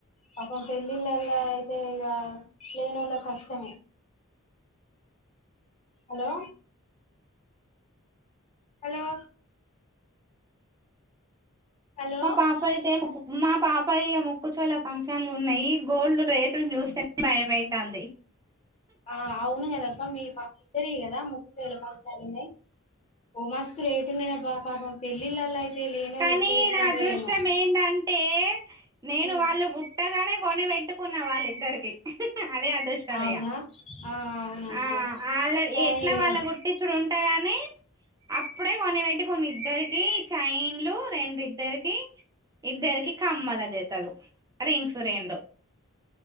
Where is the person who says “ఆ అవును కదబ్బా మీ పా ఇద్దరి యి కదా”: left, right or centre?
Left